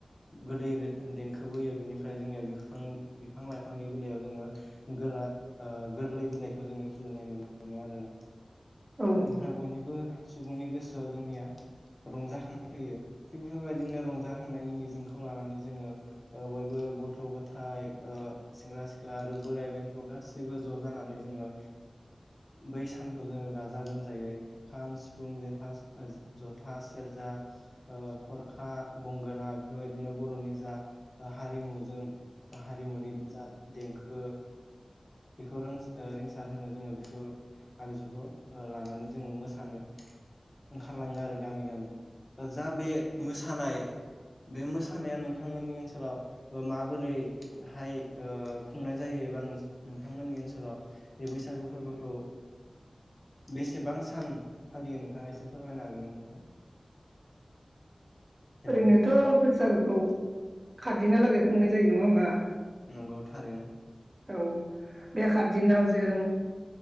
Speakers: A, on the left; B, on the right.
A: गोदै देंखोबो होयो बिनिफ्राय मफ्राय जोंनिया बिफां बिफां लाइफांनि बेलइायाव जोङो गोरलै बिलाइखौ जोो नाय नुनो मोनो आरोोना
B: औ औ
A: बेनिफ्राय बयनिबो सुबुंनि गोसोआव जोंनिया रंजाखांनाय फैयो थिग बेफोरबायदिनो रंजाखांनायनि मिजिंखौ लानानै जोङो बयबो गथ' गथाय सेंग्रा सिख्ला आरो बोराइ बेन्थ' गाैसिबो ज' जानानै जोङो बै सानखौ जोङो गाजा गोमजायै खाम सिफुं जथ जथा सेर जा खरखा गंगोना बेफोरबायदिनो बर'नि जा हारिमु जों हारिमुनि जा देंखो बेखौ रो रिंसार होनो जोङो बेखौ आगजुखौ लानानै जोङो मोसानो ओंखारलाङो आरो गामि गामि जा बे मोसानाय बे मोसानाया नोंथांमोननि ओनसोलाव माबोरैहाय खुंनाय जायो एबा नों नोंथांमोननि ओनसोलाव बे बैसागु फोरबोखौ बेसेबां सान फालियो नोंथाङा एसे फोरमायनो हागोन ना नोंथां <unintelligible> हेलौ
B: ओरैनोथ' बैसागुखौ खारदिहालागै हुंनाय जायो नङा होमबा
A: नंगौ थारैनो
B: औ बे खादिनाव जों